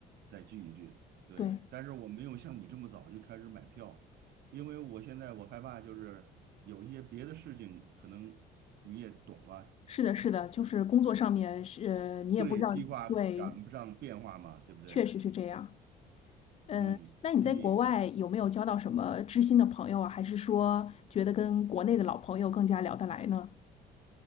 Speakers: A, on the right; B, on the left.
A: 再聚一聚。对，
B: 对，
A: 但是我没有像你这么早就开始买票，因为我现在我害怕就是有一些别的事情，可能你也懂啊，
B: 是的，是的，就是工作上面是，呃你也不知道，
A: 对，嗯计划赶不上变化嘛，
B: 对，
A: 对不对？
B: 确实是这样。嗯，
A: 嗯，
B: 那你在国外有没有交到什么知心的朋友啊？
A: 所以
B: 还是说觉得跟国内的老朋友更加聊得来呢？